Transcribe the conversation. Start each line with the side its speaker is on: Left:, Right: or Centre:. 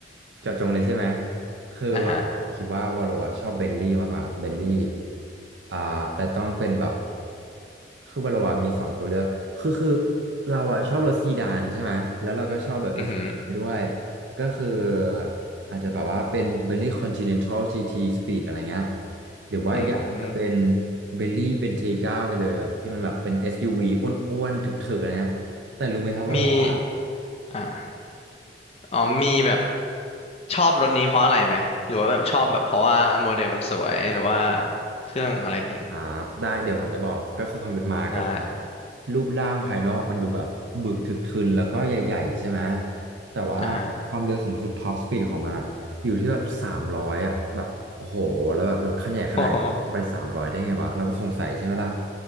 Right: เจาะจงเลยใช่ไหม คือวาโลอะคิดว่าวาโลอะชอบเบนลี่มากกว่าเบนลี่
Left: อ่ะฮะ
Right: อ่าและต้องเป็นแบบคือวาโลอะมีสองตัวเลือกคือคือเราอะชอบรถซีดานใช่ไหมแล้วเราก็ชอบแบบเอสด้วย
Left: อือหือ
Right: ก็คืออาจจะแบบว่าเป็นเบนลี่คอนติเนนทัลจีทีสปีดอะไรเงี้ยหรือว่าอีกอย่างก็เป็น
Left: อืม
Right: เบนลี่เบนเทก้าไปเลยแบบที่มันแบบเป็น SUV อสยูวีอ้วนๆถึกๆอะไรเงี้ยแต่รู้ไหมครับว่าแบบว่า
Left: มีอ่ะอ๋อมีแบบชอบรถนี้เพราะอะไรไหมหรือว่าแบบชอบแบบเพราะว่าโมเดลมันสวยหรือว่าเครื่องอะไรอย่างงี้
Right: อ่าได้เดี๋ยวผมจะบอกก็คือความเป็นมาก็คือ
Left: ได้
Right: รูปร่างภายนอกมันดูแบบบึกทึกทึนแล้วก็ใหญ่ๆใช่ไหมแต่ว่าความเร็วสูงสุดท็อปสปีดของมันอะอยู่ที่แบบสามร้อยอะแบบโอ้โหแล้วแบบรถคันใหญ่ขนาดนั้นไปสามร้อยได้ไงวะเราก็สงสัยใช่ไหมล่ะ
Left: อ่ะฮะ <laughs> โอ้โห